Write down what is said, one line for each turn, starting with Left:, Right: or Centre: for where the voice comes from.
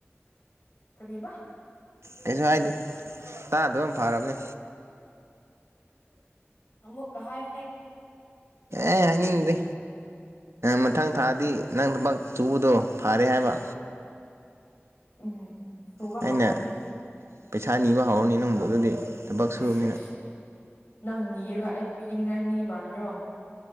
Left: ꯀꯗꯤꯕ
Right: ꯀꯩꯁꯨ ꯍꯥꯏꯗꯦ ꯇꯥꯗꯕꯅ ꯌꯥꯝ ꯐꯔꯕꯅꯤ
Left: ꯑꯃꯃꯕꯨ ꯀ ꯍꯥꯏ
Right: ꯑꯦ ꯍꯥꯏꯅꯤꯡꯗꯦ ꯃꯊꯪ ꯊꯥꯗꯤ ꯅꯪ ꯊꯕꯛ ꯆꯨꯕꯗꯣ ꯐꯥꯔꯦ ꯍꯥꯏꯕ
Left: ꯎꯝ ꯎꯝ ꯁꯨꯕ
Right: ꯑꯩꯅ
Left: ꯍꯥꯥꯎꯈ꯭ꯔꯅꯦ
Right: ꯄꯩꯁꯥ ꯅꯤꯕ ꯍꯧꯔꯅꯤ ꯅꯪꯕꯨ ꯑꯗꯨꯗꯤ ꯊꯕꯛ ꯁꯨꯕꯅꯤꯅ
Left: ꯑꯁ ꯅꯪ ꯅꯤꯔꯒ ꯑꯩ ꯄꯤꯅꯤꯡꯉꯥꯏ ꯃꯤ ꯃꯥꯟꯗ꯭ꯔꯣ